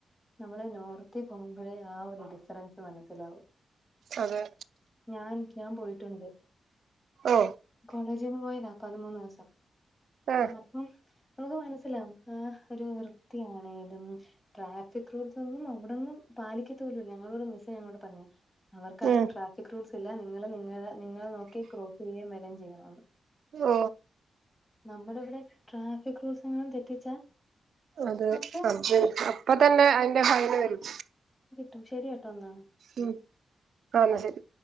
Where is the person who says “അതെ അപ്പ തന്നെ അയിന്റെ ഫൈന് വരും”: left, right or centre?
Right